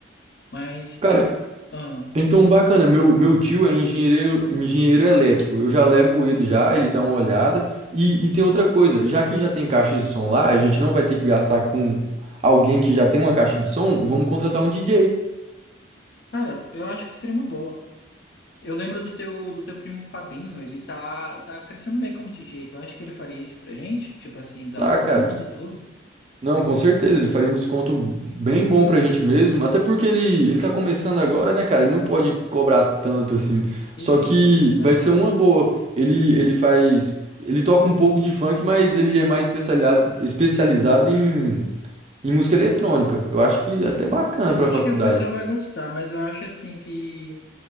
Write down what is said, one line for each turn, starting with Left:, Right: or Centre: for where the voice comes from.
Left: Mas
Right: cara,
Left: eu, ah,
Right: então bacana. Meu, meu tio é engenheiro, engenheiro elétrico. Eu já levo ele já, ele dá uma olhada. E, e tem outra coisa, já que já tem caixa de som lá, a gente não vai ter que gastar com alguém que já tem uma caixa de som, vamos contratar um DJ.
Left: cara, eu acho que seria uma boa. Eu lembro do teu, do teu primo Fabinho, ele tá, tá crescendo bem como DJ. Tu acha que ele faria isso pra gente? Tipo assim, dar
Right: Tá,
Left: um desconto
Right: cara.
Left: e tudo?
Right: Não, com certeza, ele faria um desconto bem bom pra gente mesmo, até porque ele, ele tá começando agora, né, cara? Ele não pode cobrar tanto assim. Só
Left: Isso,
Right: que
Left: vai ser legal.
Right: vai ser uma boa. Ele, ele faz. Ele toca um pouco de funk, mas ele é mais especializado, especializado em, em música eletrônica. Eu acho que é até bacana
Left: É,
Right: pra
Left: Eu acho
Right: faculdade.
Left: que o pessoal vai gostar, mas eu acho assim que